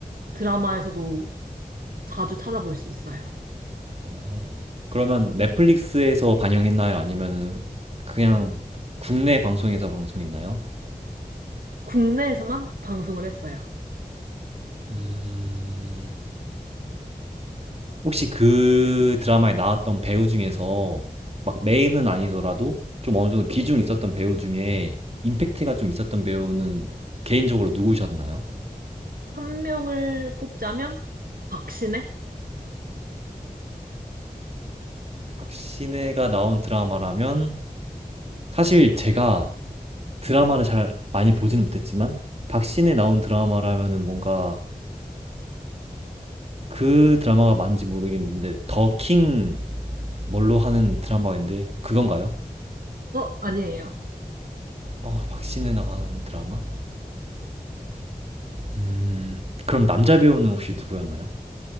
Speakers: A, on the right; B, on the right.
A: 드라마에서도 자주 찾아볼 수 있어요.
B: 어, 그러면 넷플릭스에서 방영했나요? 아니면 그냥 국내 방송에서 방송했나요?
A: 국내에서만 방송을 했어요.
B: 음, 혹시 그 드라마에 나왔던 배우 중에서 막 메인은 아니더라도 좀 어느 정도 비중 있었던 배우 중에 임팩트가 좀 있었던 배우는 개인적으로 누구셨나요?
A: 한 명을 뽑자면 박신혜?
B: 박신혜가 나온 드라마라면 사실 제가 드라마를 잘 많이 보지는 못했지만 박신혜 나온 드라마라면은 뭔가 그 드라마가 맞는지 모르겠는데 더킹 뭘로 하는 드라마인데 그건가요?
A: 어, 아니에요.
B: 어, 박신혜 나는 드라마? 음, 그럼 남자 배우는 혹시 누구였나요?